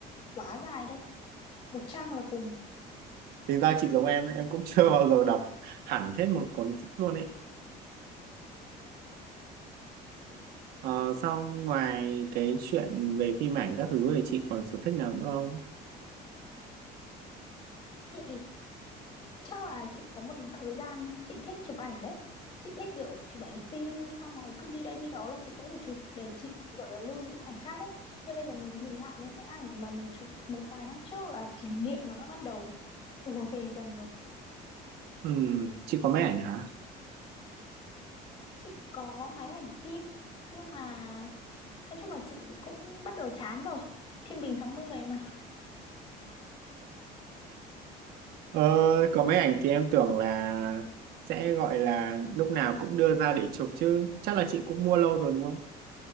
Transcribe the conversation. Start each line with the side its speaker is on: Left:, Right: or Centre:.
Left: quá dài đâu một trang là cùng
Right: Tính ra chị giống em, em cũng <laughs> chưa bao giờ đọc hẳn hết một cuốn sách luôn ấy. Ờ, sau ngoài cái chuyện về phim ảnh các thứ thì chị còn sở thích nào nữa không?
Left: chị chắc là chị có một thời gian chị thích chụp ảnh đấy chị thích kiểu chụp ảnh phim xong rồi cứ đi đây đi đó là chị sẽ phải chụp để chị gọi là lưu giữ khoảnh khắc ấy nhưng bây giờ mình nhìn lại những cái ảnh mà mình chụp một vài năm trước là kỷ niệm nó đã bắt đầu ùa về dần rồi
Right: Ừ, chị có máy ảnh hả?
Left: chị có máy ảnh phim nhưng mà nói chung là chị cũng bắt đầu chán rồi thiên bình tháng 10 mà
Right: Ờ, có máy ảnh thì em tưởng là sẽ gọi là lúc nào cũng đưa ra để chụp chứ. Chắc là chị cũng mua lâu rồi đúng không?